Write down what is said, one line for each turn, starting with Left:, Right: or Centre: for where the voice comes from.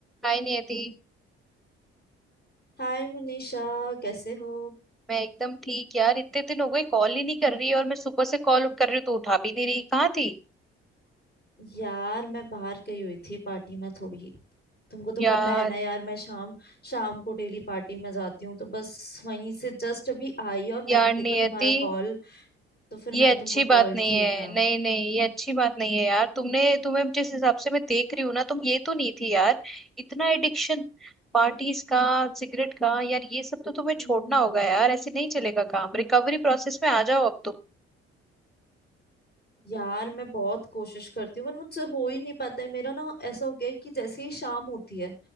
Centre: हाय नियति
Left: हाय मनीषा कैसे हो
Centre: मैं एकदम ठीक यार इतने दिन हो गए कॉल ही नहीं कर रही है और मैं सुबह से कॉल कर रही हूँ तो उठा भी नहीं रही कहाँ थी
Left: यार मैं बाहर गई हुई थी पार्टी में थोड़ी तुमको तो
Centre: यार
Left: पता है ना यार मैं शाम शाम को डेली पार्टी में जाती हूँ तो बस वहीं से जस्ट अभी आई और
Centre: यार
Left: मैंने
Centre: नियति
Left: देखा तुम्हारा कॉल तो फिर
Centre: ये
Left: मैंने
Centre: अच्छी
Left: तुमको
Centre: बात
Left: कॉल
Centre: नहीं
Left: किया
Centre: है नहीं नहीं ये अच्छी बात नहीं है यार तुमने तुम्हें जिस हिसाब से मैं देख रही हूँ ना तुम ये तो नहीं थी यार इतना एडिक्शन पार्टीज का सिगरेट का यार ये सब तो तुम्हें
Left: हम्म
Centre: छोड़ना होगा यार ऐसे नहीं चलेगा काम रिकवरी प्रोसेस में आ जाओ अब तुम
Left: यार मैं बहुत कोशिश करती हूँ पर मुझसे हो ही नहीं पाता है मेरा ना ऐसा हो गया है कि जैसे ही शाम होती है